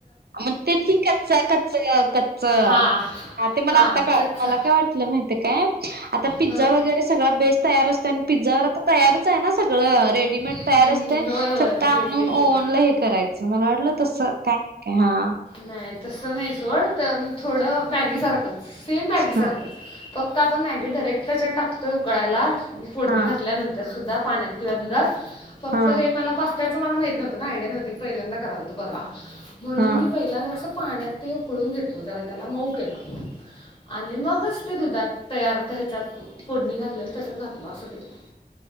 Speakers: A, on the right; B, on the left.
A: मग ते तेच की कच्च कच्च कच्च!
B: हां
A: हा ते
B: हां
A: मला आत्ता कळाल
B: कच्चं
A: मला काय वाट ल माहिताय काय आता पिझ्झा
B: हां
A: वगैरे सगळा बेस तयार असतो आणि पिझ्झावर आता तयार च आहे ना सगळं रेडीमेड
B: हम्म,
A: तयार असतं.
B: होय होय
A: फक्त आणून
B: मिळते की
A: ओवनला हे करायचं मला वाटलं तस काय हाय का हा
B: नाय तसं नाई सोड त म थोडं मॅगी सारखंच, सेम मॅगी
A: हा
B: सारखंच फ क्त आपण मॅगी डायरेक्ट त्याच्यात टकतोय उकळायला फोडणी
A: हा
B: घातल्यानंतर तर सुद्धा पाण्यात किंवा दुधात फक्त
A: हा
B: हे मला पास्त्याचं मला माहित नव्हतं ना आयडया नव्हती मी पहिल्यांदा करालतो परवा म्हणून
A: हा.
B: मी पहिला जरासं पाण्यात ते उकळून घेतलो जरा त्याला मऊ केलं. आणि मगच ते दुधात तयार ह्याच्यात फोडणी घातलेल त्याच्यात घातलं असं केलं.